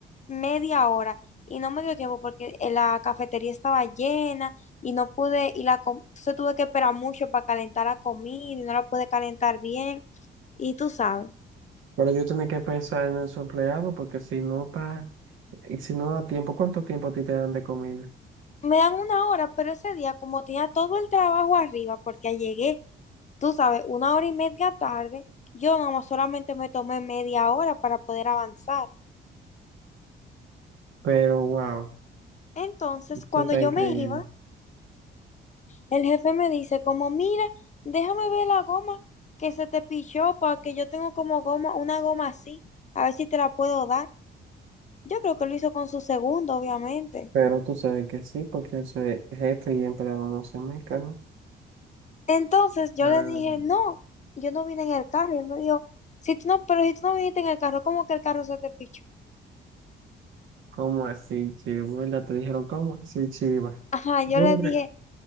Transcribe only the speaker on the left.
media hora y no me dio tiempo porque en la cafetería estaba llena y no pude, y la, com- entonces tuve que esperar mucho para calentar la comida y no la pude calentar bien y tú sabes.
Me dan una hora, pero ese día, como tenía todo el trabajo arriba, porque llegué, tú sabes, una hora y media tarde, yo nomás solamente me tomé media hora para poder avanzar.
Entonces,
cuando
yo
me iba, el jefe me dice como, mira, déjame ver la goma que se te pichó, porque yo tengo como goma, una goma así, a ver si te la puedo dar. Yo creo que lo hizo con su segundo, obviamente.
Entonces yo
le
dije, no, yo no vine en el carro. Y él me dijo, si tú no, pero si tú no viniste en el carro, ¿cómo que el carro se te pichó?
Ajá, yo
le
dije,